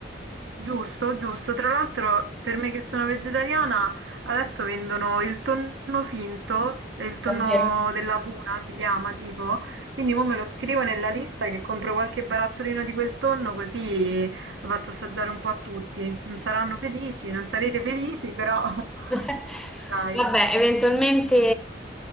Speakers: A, on the right; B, in the centre.
A: Giusto, giusto. Tra l'altro, per me che sono vegetariana, adesso vendono il tonno finto, eh, il tonno
B: Davvero?
A: della Puna si chiama tipo, quindi mo me lo scrivo nella lista che compro qualche barattolino di quel tonno così lo faccio assaggiare un po' a tutti. Non saranno felici, non sarete felici, però <laughs>
B: <laughs>
A: dai.
B: Vabbè, eventualmente